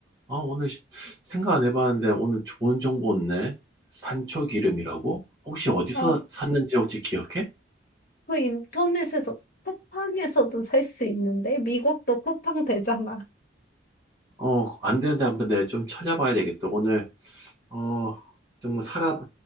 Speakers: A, on the right; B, on the left.
A: 아, 오늘 시- 생각 안 해봤는데 오늘 좋은 정보 없네. 산초 기름이라고? 혹시 어디서
B: 아
A: 샀는지 혹시 기억해?
B: 그 인터넷에서 쿠팡에서도 살 수 있는데 미국도 쿠팡 되잖아.
A: 어, 안 되는데 한번 내가 좀 찾아봐야 되겠다. 오늘, 어, 좀 사람,